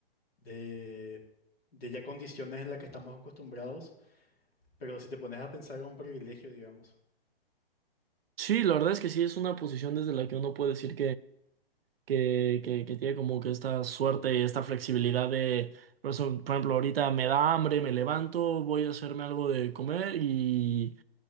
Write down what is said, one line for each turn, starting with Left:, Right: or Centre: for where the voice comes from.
Left: de, de ya condiciones en las que estamos acostumbrados, pero si te pones a pensar es un privilegio, digamos.
Right: Sí, la verdad es que sí, es una posición desde la que uno puede decir que, que, que tiene como que esta suerte y esta flexibilidad de, por eso, por ejemplo, ahorita me da hambre, me levanto, voy a hacerme algo de comer y,